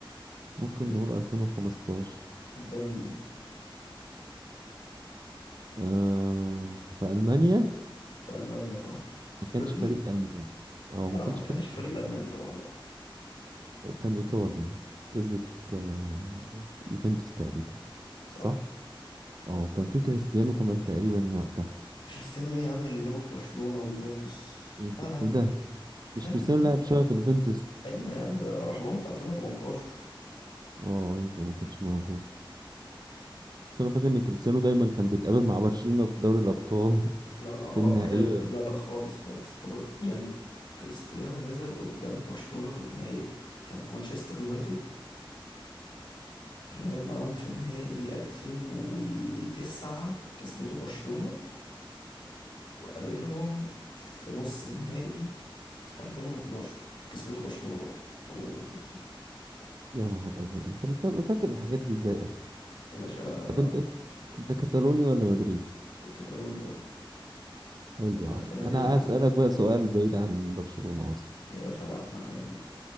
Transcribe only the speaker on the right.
ممكن
نقول 2015
آه في ألمانيا
ما كانش
فريق ألماني أو ما
كانش
فريق
ألماني
كان إيطالي كسبت آه يوفنتوس تقريبا
صح؟ اه وكان في كريستيانو كمان تقريبا وقتها
ايه ف-
إيه
ده
مش
كريستيانو
لعب شوية في اليوفنتوس
اه يبقى ما كانش موجود بس انا فاكر ان كريستيانو دايما كان بيتقابل مع برشلونة في دوري الابطال <laughs>
في النهائيات
يا نهار ازرق انت بتبقى فاكر الحاجات دي ازاي اصلا
طب انت انت كتالوني ولا مدريد
حلو
اهو
انا
هسألك بقى سؤال بعيد عن برشلونة اصلا